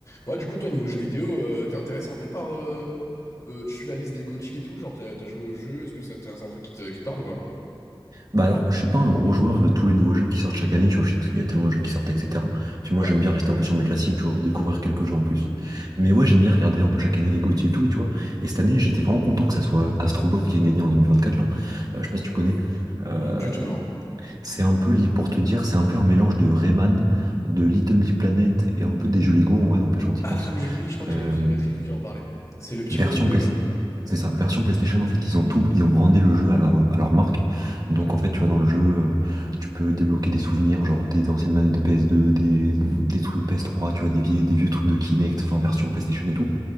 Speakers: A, on the left; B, on the right.
A: Ouais, du coup, toi, niveau jeux vidéo, euh, t'es intéressé un peu par... euh, euh, tu suis la liste des GOTY et tout, genre t'as t'as joué au jeu, est-ce que ça te- c'est un truc qui te, qui te parle ou pas?
B: Bah alors, je suis pas un gros joueur de tous les nouveaux jeux qui sortent chaque année, tu vois, je sais parce qu'il y a tellement de jeux qui sortent, etc. Puis moi,
A: Ouais.
B: j'aime bien rester un peu sur mes classiques, tu vois, ou découvrir quelques jeux en plus. Mais ouais, j'aime bien regarder un peu chaque année les GOTY et tout, et tu vois. Et cette année, j'étais vraiment content que ça soit Astro Bot qui ait gagné en 2024, là. Euh, je sais pas si tu connais. Euh,
A: Hmm, Du tout, non.
B: c'est un peu, li- pour te dire, c'est un peu un mélange de Rayman, de Little Big Planet et un peu des jeux Lego, en vrai, n'empêche quand y
A: Ah,
B: pense.
A: mais oui, je crois que
B: Euh,
A: j'avais vu The Great Review qui en parlait. C'est le petit
B: Version
A: bonhomme bleu,
B: Play-
A: là.
B: C'est ça, version PlayStation, en fait, ils ont tout, ils ont brandé le jeu à leur, à leur marque.
A: Ok.
B: Donc, en fait, tu vois, dans le jeu, euh, tu peux débloquer des souvenirs, genre des anciennes manettes de PS2, des, des trucs PS3, tu vois, des vieux, des vieux trucs de Kinect, enfin, version PlayStation et tout.